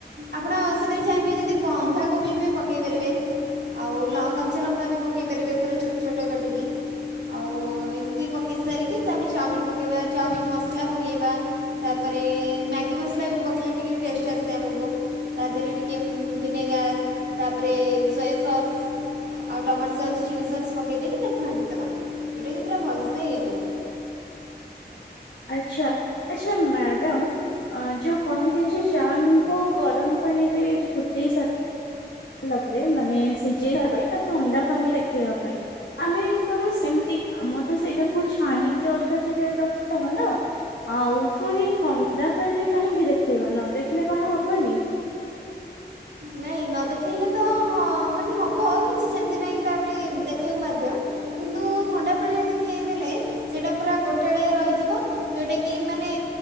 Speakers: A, on the right; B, on the left.
A: ଆପଣ ସେଥିରେ ଚାହିଁବେ ଯଦି ବନ୍ଧାକୋବି ବି ପକେଇ ପାରିବେ। ଆଉ ଲ କଞ୍ଚା ଲଙ୍କା ବି ପକାଇ ପାରିବେ ପୁରା ଛୋଟ ଛୋଟ କାଟିକି। ଆଉ ଏମିତି ପକେଇ ସାରିକି ତାପରେ ଚାଉମିିନ ପକେଇବା ଚାଉମିିନ ମସଲା ପକେଇବା। ତାପରେ ମ୍ୟାଗି ମସଲା ବି ପକେଇଲେ ଟିକେ ଟେଷ୍ଟ ଆସେ ଆମକୁ। ତା ଦେହରେ ଟିକେ ଭିନେଗାର ତାପରେ ସୋୟା ସସ୍ ଆଉ ଟମାଟୋ ସକ୍ସ ଚିଲ୍ ସକ୍ସ ପକାଇ ଦେଇକି ତାକୁ ଘାଣ୍ଟିଦବା ଯେଉଁଟାକି ପୁରା ଭଲସେ ହେଇଯିବ।
B: ଆଚ୍ଛା ଆଚ୍ଛା ମ୍ୟାଡାାମ। ଅ ଯୋଉ କହିଲେ ଯେ ଚାଉମିନ୍ କୁ ଗରମ୍ ପାଣିରେ ଫୁଟେଇ ସା ହେଲା ପରେ ମାନେ ସିଝେଇଲା ପରେ ତା ଥଣ୍ଡା ପାନି ଦେଖେଇବା ପାଇଁ। ଆମେ କଣ ସେମତି ଆମର ତ ସେଇଟାକୁ ଛାଣିକି ଅଲଗା ଜାଗାରେ ରଖିଦବା ନା। ଆଉ ପୁଣି ଥଣ୍ଡା ପାଣିରେ କାହିଁକି ଦେଖେଇବା ନ ଦେଖିଲେ କଣ ହବନି?
A: ନାଇଁ ନ ଦେଖେଇଲେ ତ ମାନେ ହ ହବ କିଛି ସେମିତି ନହିଁ କି ତା ବୋଲି ଦେଖେଇବାକୁ ବାଧ୍ୟ। କିନ୍ତୁ ଥଣ୍ଡା ପାଣିରେ ଦେଖେଇ ଦେଲେ ସେଟା ପୁରା ଗୋଟାଳିଆ ରହିଯିବ। ଯୋଉଟା କି ମାନେ